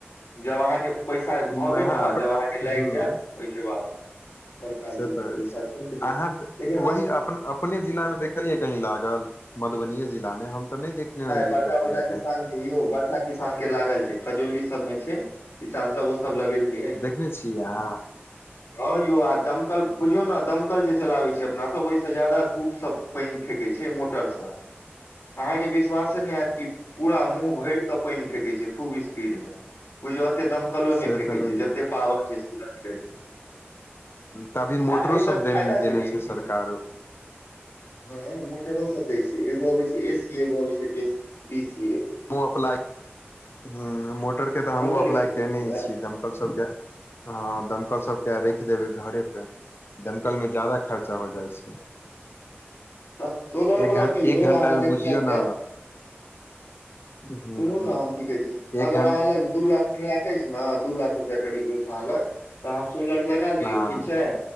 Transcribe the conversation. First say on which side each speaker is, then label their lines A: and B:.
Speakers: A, on the left (about 85°); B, on the left (about 60°).
A: जब अहाँके पैसा भऽ
B: मह
A: गेल ने
B: ह
A: जब अहाँके लागि जायत ओइ के बाद सरकार
B: से
A: दैय
B: तऽ
A: छै पैसा
B: अछि
A: छूट दे
B: अहाँ
A: लेकिन
B: वही
A: हम
B: अपन अपने जिला में देखलियै कही लागल मधुबनिये जिला में हम ते नैय देखलिये रहलियै
A: बड़का
B: कपुरिया
A: बड़का किसान
B: कही।
A: यौ बड़का किसान के लागल छै, खजौली सब में छै, किसान सब ओ सब लगेल किया की
B: देखने छियै अहाँ
A: ओर यौ आ दमकल बुझियौ ने दमकल जे चलाबै छियै अपना सब ओहिसे ज्यादा धूप सब पैइन फेेकै छै, मोटर से अहाँ के विश्वासे नैय हैत की पूरा मुँह भरि तब पइन फेेकै छै, खूब स्पीड मे बुझियौ अते दमकलो
B: से
A: नेय फेेकै
B: तऽ
A: छै,
B: नहि
A: जते पावर छैय।
B: तभी मोटरो
A: आ अई से
B: सब देन
A: फायदा
B: देने
A: छैय, ने
B: छै सरकार
A: सब हां मोटरो से बेबी एगो आबै छैय, ए सी एगो आबै छै, डे सी बी सी
B: ओ अप्लाई हूॅं मोटर के तऽ हमहुँ
A: मोटर
B: अप्लाई
A: के
B: केने
A: छियै
B: छी दम दमकल सबके, हां दमकल सबके रैख देबै घरे पे दमकल में ज्यादा खर्चा होय जाइ छै।
A: तऽ सोलर
B: एक
A: वला
B: घं
A: मे यो
B: एक घंटा
A: अहाँ
B: मे
A: देखनाइके
B: बुझियौ ने ह
A: सुनू नऽ हम की कहै छी,
B: एक
A: अगर
B: घं
A: अहाँ लग दू लाख तीन लाख अछि, न दू लाख हुए करीब अछि, अहाँ लग तऽ अहाँ सोलर लगा लियौ
B: हँ
A: ठीक छैय,